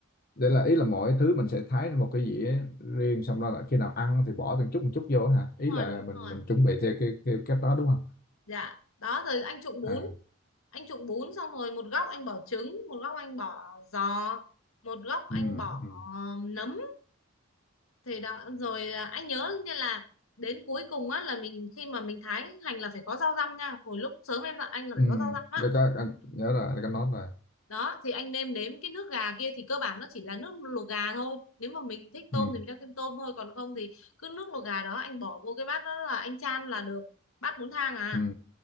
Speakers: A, on the left; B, on the left.
A: vậy là ý là mỗi thứ mình sẽ thái lên một cái dĩa riêng xong đó là khi nào ăn thì bỏ từng chút một chút vô hả
B: đúng
A: ý
B: rồi
A: là
B: đúng
A: mình
B: rồi
A: mình chuẩn bị theo cái theo cách đó đúng không
B: dạ đó rồi anh trụng bún
A: à
B: anh trụng bún xong rồi một góc anh bỏ trứng một góc anh bỏ giò một góc anh
A: ừ
B: bỏ
A: ừ
B: ờ, nấm thì đó rồi ờ, anh nhớ như là đến cuối cùng á là mình khi mà mình thái hành là phải có rau răm nha hồi lúc sớm em dặn anh là
A: ừ
B: phải có rau răm á
A: Đây có- anh nhớ rồi anh có nói rồi
B: đó thì anh nêm nếm cái nước gà kia thì cơ bản nó chỉ là nước luộc gà thôi nếu mà mình thích tôm
A: ừ
B: thì mình cho thêm tôm thôi còn không thì cứ nước luộc gà đó anh bỏ vô cái bát đó là anh chan là được bát bún thang à
A: ừ